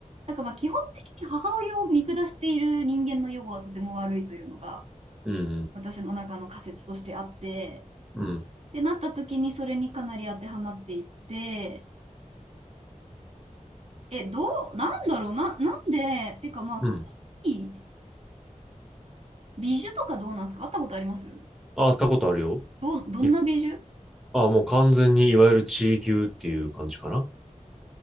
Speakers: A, on the right; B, in the centre.
A: なんかまあ基本的に母親を見下している人間の予後はとても悪いというのが
B: うん。うん。
A: 私の中の仮説としてあって、
B: うん。
A: ってなった時にそれにかなり当てはまっていって、え、どう、なんだろうな、なんで、てかまあ普通に
B: うん。
A: 美女とかどうなんですか会ったことあります
B: あ、あったことあるよ。
A: ど、どんな美女
B: にあ、もう完全にいわゆる地位牛っていう感じかな。